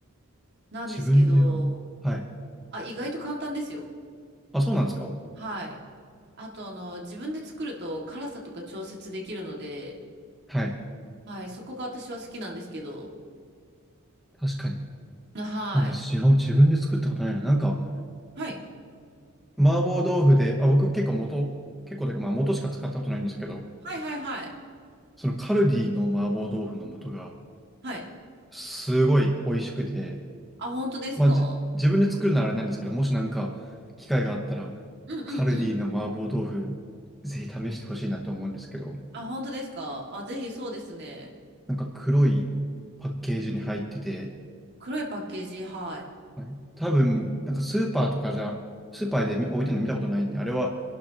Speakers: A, on the right; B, in the centre.
A: なんですけど、
B: 自分では。はい。
A: あ、意外と簡単ですよ。
B: あ、そうなんですか
A: はい。あと、あの、自分で作ると辛さとか調節できるので、
B: はい。
A: はい、そこが私は好きなんですけど、
B: 確かに。
A: はい。
B: なんだ、自分自分で作ったことないな。なんか、
A: はい。
B: 麻婆豆腐で、あ、僕結構元、結構というか、まあ元しか使ったことないんですけど、
A: はいはいはい。
B: そのカルディの麻婆豆腐の素が、
A: はい。
B: すごい美味しくて、
A: あ、本当ですか
B: まあじ、自分で作るならあれなんですけど、もしなんか、機会があったら、
A: うんうんうん。
B: カルディの麻婆豆腐、ぜひ試してほしいなと思うんですけど、
A: あ、本当ですかあ、ぜひそうですね。
B: なんか黒いパッケージに入ってて、
A: 黒いパッケージ、はい。
B: はい、多分、なんかスーパーとかじゃ、スーパーで見置いてるの見たことないんで、あれは